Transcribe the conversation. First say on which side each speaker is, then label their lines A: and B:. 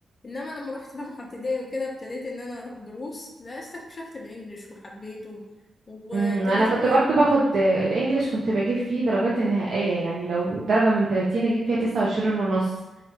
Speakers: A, on the left; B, on the right.
A: انما لما رحت رابعه ابتدائي وكده ابتديت ان انا اروح دروس لا استكشفت الانجليش وحبيته وابتديت
B: امم انا كنت
A: ان انا
B: برضو باخد
A: أتعلم
B: الانجليش كنت بجيب فيه درجات النهائية يعني لو درجة من 30 اجيب فيها 29 ونص